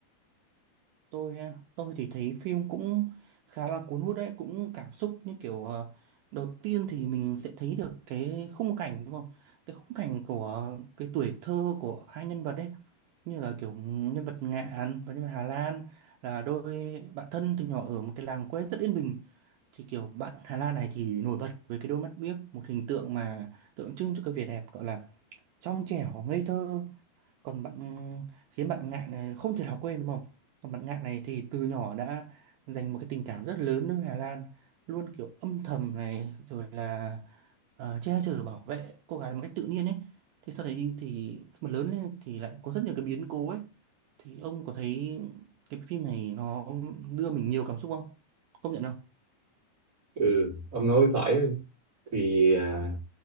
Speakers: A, on the right; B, on the right.
A: Tôi à, tôi thì thấy phim cũng khá là cuốn hút đấy, cũng cảm xúc như kiểu ờ, đầu tiên thì mình sẽ thấy được cái khung cảnh đúng không? Cái khung cảnh của cái tuổi thơ của hai nhân vật ấy, như là kiểu nhân vật Ngạn và nhân vật Hà Lan là đôi bạn thân từ nhỏ ở một cái làng quê rất yên bình. Thì kiểu bạn Hà Lan này thì nổi bật với cái đôi mắt biếc, một hình tượng mà tượng trưng cho cái vẻ đẹp gọi là trong trẻo ngây thơ còn bạn ừ, khiến bạn Ngạn này không thể nào quên đúng không còn bạn Ngạn này thì từ nhỏ đã dành một cái tình cảm rất lớn đối với Hà Lan luôn kiểu âm thầm này rồi là ờ, che chở bảo vệ cô gái một cách tự nhiên ấy thế sau đấy thì khi mà lớn lên thì lại có rất nhiều cái biến cố ấy thì ông có thấy cái phim này nó đưa mình nhiều cảm xúc không công nhận không
B: ừ ông nói phải thì à,